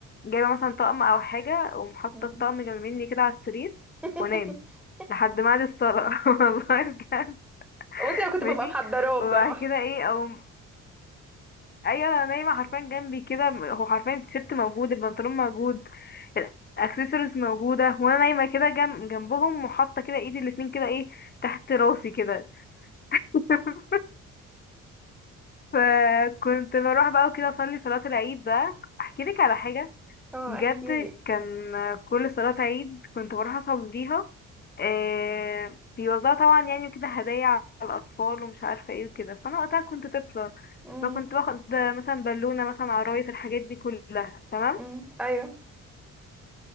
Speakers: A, on the left; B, in the centre.
A: جايبة مثلا طقم أو حاجة ومحطة
B: مم.
A: الطقم جنب مني كده على السرير وأنام
B: <laughs>
A: لحد ميعاد الصلاة <laughs> والله بجد
B: بصي انا كنت
A: ماشي
B: ببقى محضراه
A: وبعد
B: بصراحه
A: كده ايه أو أيوة أنا نايمة حرفيا جنبي كده هو حرفيا التيشيرت موجود البنطلون موجود الاكسسوارز موجودة وأنا نايمة كده جنب جنبهم وحاطة كده ايدي الاتنين كده ايه تحت راسي كده <laughs> فكنت بروح بقى وكده اصلي صلاة العيد بقى احكي لك على حاجة
B: اه
A: بجد
B: احكي لي
A: كان كل صلاة عيد كنت بروح اصليها آه، بيوزعوا طبعا يعني وكده هدايا على الاطفال ومش عارفة ايه وكده فانا وقتها كنت طفلة
B: امم
A: فكنت باخد مثلا بالونة مثلا عرايس الحاجات دي كلها تمام
B: امم ايوه